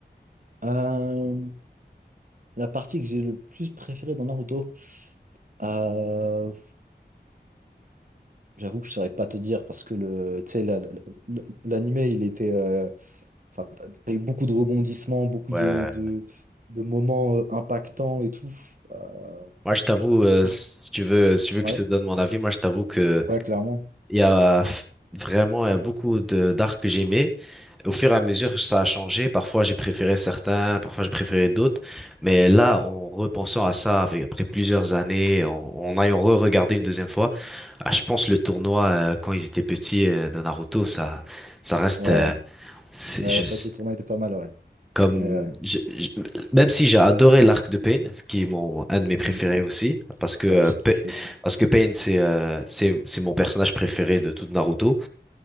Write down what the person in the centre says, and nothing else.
Ouais,
moi je t'avoue, euh,
si tu veux, si tu veux
que je te donne mon avis, moi je t'avoue que
Il y a vraiment euh, beaucoup de d'arcs que j'aimais. Au fur et à mesure, ça a changé. Parfois, j'ai préféré certains, parfois j'ai préféré d'autres. Mais là, en repensant à ça, avec- après plusieurs années, en, en ayant re-regardé une deuxième fois, ah, je pense le tournoi euh, quand ils étaient petits euh, de Naruto, ça, ça reste
euh, c'est-
je-
comme
je- je- même si j'ai adoré l'arc de Pain, ce qui est mon un de mes préférés
aussi, parce que
euh,
Pain-
parce que Pain c'est euh, c'est c'est mon personnage préféré de tout Naruto.